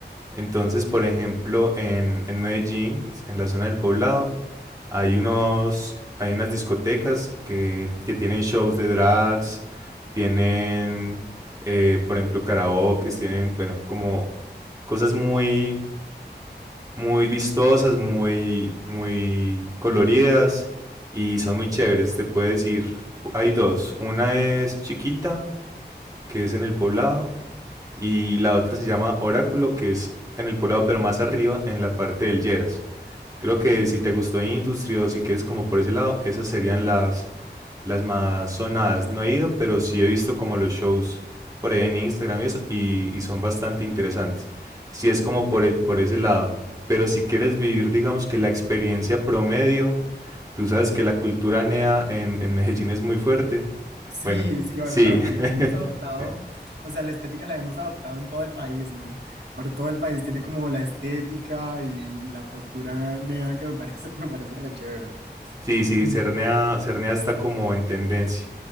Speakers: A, on the right; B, on the right.
A: Entonces, por ejemplo, en, en Medellín, en la zona del Poblado, hay unos, hay unas discotecas que, que tienen shows de drags, tienen, eh, por ejemplo, karaoke, tienen, bueno, como cosas muy, muy vistosas, muy, muy coloridas y son muy chéveres. Te puedes ir. Hay dos. Una es Chiquita, que es en el poblado, y la otra se llama Oráculo, que es en el poblado, pero más arriba, en la parte del Lleras. Creo que si te gustó Industry o si quieres como por ese lado, esas serían las, las más sonadas. No he ido, pero sí he visto como los shows por ahí en Instagram y eso, y, y son bastante interesantes. Si es como por el, por ese lado. Pero si quieres vivir, digamos que la experiencia promedio, tú sabes que la cultura NEA en, en Medellín es muy fuerte.
B: Sí,
A: Bueno,
B: sí, bastante.
A: sí,
B: Y la
A: <laughs>
B: hemos adoptado, o sea, la estética la hemos adoptado en todo el país, ¿no? Por todo el país tiene como la estética y, y la postura nea que me parece, <laughs> me parece re chévere.
A: sí, sí,
B: Mm,
A: Cernea, Cernea está como en tendencia.